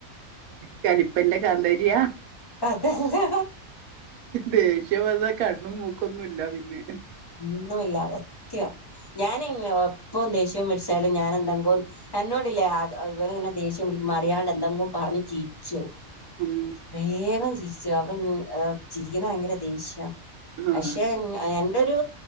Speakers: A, on the right; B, on the left.
A: കലിപ്പന്റെ കാന്താരിയാ
B: അതെ അതെ
A: ദേഷ്യം വന്നാ കണ്ണും മൂക്കൊന്നുല്ല പിന്നെ
B: ഒന്നുല്ല സത്യം ഞാന എപ്പം ദേഷ്യം പിടിച്ചാലും ഞാൻ എന്തെങ്കും എന്നോടില്ലേ അ ഇവന് ഇങ്ങനെ ദേഷ്യം പിടിക്കുമ്പോ അറിയാണ്ട് എന്തെങ്കും പറഞ്ഞ് ചിര്ച്ചും
A: ഉം
B: വേഗം ചിരിച്ചു അപ്പൊ ചിരിക്കുന്നത് ഭയങ്കര ദേഷ്യ
A: ആഹ്
B: പശേ ആൻ ടൊരു